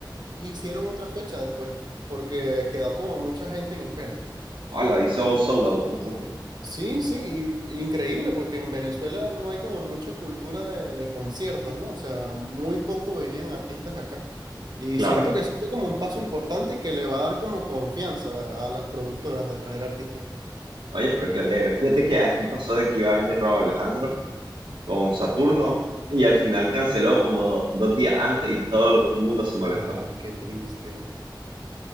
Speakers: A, on the right; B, on the right.
A: e hicieron otra fecha después, porque quedó como mucha gente en espera.
B: Hola, hizo sold out, entonces,
A: Sí, sí, y- increíble porque en Venezuela no hay como mucha cultura de, de conciertos, ¿no? O sea, muy poco venían artistas acá. Y
B: claro.
A: siento que eso fue como un paso importante y que le va a dar como confianza a las productoras de traer artistas.
B: Oye, pero qué alegre. Fíjate que aquí pasó de que iba a venir Raúl Alejandro con Saturno y al final canceló como dos días antes y todo el mundo se molestó.
A: Ay, qué triste.